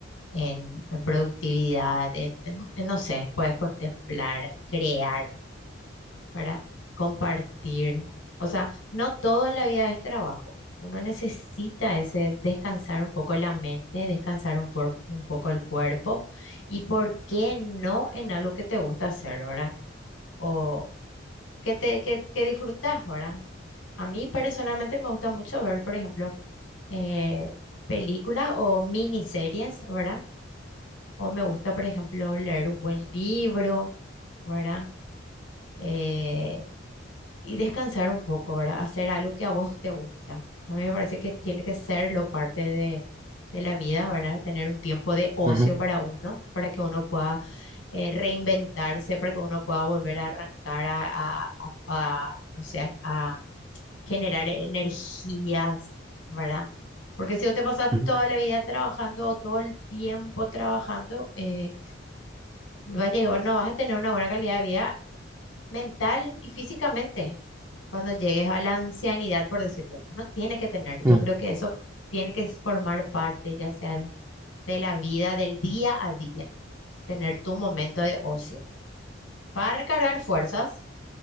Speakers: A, on the left; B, on the right.
A: en, en productividad, en, en- en, no sé, puedes contemplar, crear, para compartir. O sea, no todo en la vida es trabajo. Uno necesita ese descansar un poco la mente, descansar un, por- un poco el cuerpo y por qué no en algo que te gusta hacer, ¿verdad? O que te que, que disfrutás, ¿verdad? A mí personalmente me gusta mucho ver, por ejemplo, eh, películas o miniseries, ¿verdad? O me gusta, por ejemplo, leer un buen libro, ¿verdad? Eh, y descansar un poco, ¿verdad? Hacer algo que a vos te gusta. A mí me parece que tiene que ser lo parte de, de la vida, ¿verdad? Tener un tiempo de ocio
B: Ujú,
A: para uno, para que uno pueda eh, reinventarse, para que uno pueda volver a arrancar a, a, a- a, no sé, a generar energías, ¿verdad? Porque si vos te pasas
B: ujú,
A: toda la vida trabajando o todo el tiempo trabajando, eh, va a llegar- no vas a tener una buena calidad de vida mental y físicamente cuando llegues a la ancianidad, por decirte. Uno tiene que tener, yo
B: ujú.
A: creo que eso tiene que formar parte, ya sea de la vida, del día a día, tener tu momento de ocio para recargar fuerzas,